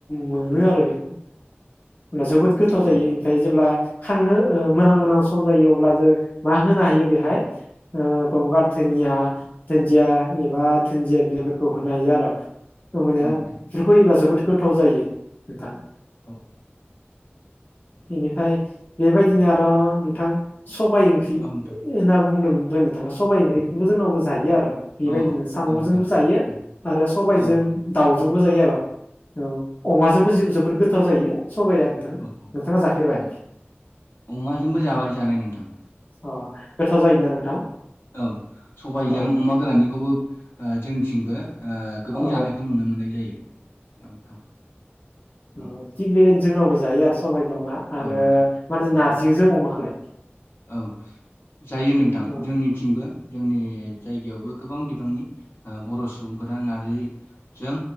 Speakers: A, on the left; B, on the left.
A: मोनो आरो बेखौ होनब्ला जोबोद गोथाव
B: औ
A: जायो
B: नोंथां
A: ओमफ्राय
B: औ
A: जेब्ला खांनो ओ मोनां मोनां सम जायो अब्ला जों मा होनो हायो बेहाय गंगार धोन दोनिया दोनजिया एबा धोनजिया बिलाइफोरखौ होनो हायो आरो ओमानिया
B: नोंथां
A: बेफोरखौ होयोबा जोबोद गोथाव जायो नोंथां
B: औ
A: बेनिफ्राय बेबायदिनो आरो' नोंथां सबायाइ ओंख्रि
B: औ नोंथां
A: होनना बुंदों दहय नोंथाङा सबाइ ओंख्रिखौबो जोंनावबो जायो आरो बेबायदिनो
B: औ
A: साम'जोंबो
B: औ नोंथां
A: जायो
B: उम
A: आरो सबाय
B: औ
A: दाउजोंबो जायो आर'। औ अमाजोंबो जो-जोबोद गोथाव जायो। सबाइया नोंथां
B: औ औ
A: नोंथाङा जाफेरबाय
B: उम अमाजोंबो जाबाय जानाया नोंथां।
A: अ गोथाव जायोना नोंथां
B: औ सबायजों
A: औ
B: अमा गोराननिखौबो ओ जोंथिंबो ओ गोबां
A: औ
B: जानायखौ नुनो मोननाय जायो नोंथां उम।
A: औ थिग बेबायदिनो जोंनावबो जायो आरो सबाइजों अमा आरो
B: औ नोंथां
A: मा होनो
B: उम
A: नारजिजों अमाखोलाय?
B: औ जायो नोंथां
A: औ
B: जोंनिथिंबो जोंनि जायगायावबो गोबां बिबांनि ओ बर' सुबुंफोरा नार्जिजों